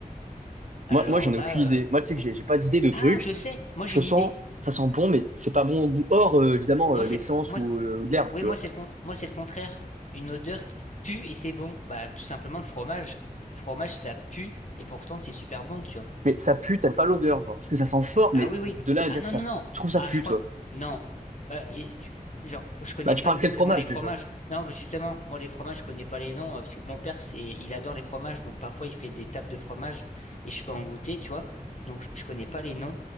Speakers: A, on the left; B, on the right.
A: Alors
B: Moi, moi, j'en
A: là,
B: ai aucune idée.
A: euh,
B: Moi,
A: pour le
B: tu
A: coup.
B: sais que j'ai j'ai pas d'idée de trucs.
A: Ah, je sais. Moi,
B: je
A: j'ai une
B: sens,
A: idée.
B: ça sent bon, mais c'est pas bon au goût. Or, euh, évidemment,
A: Moi,
B: euh,
A: c'est
B: l'essence
A: le... moi,
B: ou,
A: c'est-
B: euh, ou de l'herbe,
A: oui,
B: tu
A: moi,
B: vois.
A: c'est le cont- moi, c'est le contraire. Une odeur qui pue et c'est bon. Bah, tout simplement le fromage. Le fromage, ça pue et pourtant c'est super bon, tu vois.
B: Mais ça pue, t'aimes pas l'odeur, genre. Parce que ça sent fort,
A: Ah
B: mais
A: oui, oui.
B: de là à
A: Ah
B: dire
A: non,
B: que ça,
A: non, non.
B: je trouve ça
A: Ah,
B: pue,
A: je crois
B: toi.
A: que... Non. Bah, et tu- Genre, je connais
B: Bah, tu
A: pas
B: parles
A: exactement
B: quel fromage,
A: les fromages.
B: déjà?
A: Non, mais justement, moi, les fromages, je connais pas les noms, euh, parce que mon père, c'est, il adore les fromages, donc parfois, il fait des tables de fromage, et je peux en goûter, tu vois. Et donc, je, je connais pas les noms,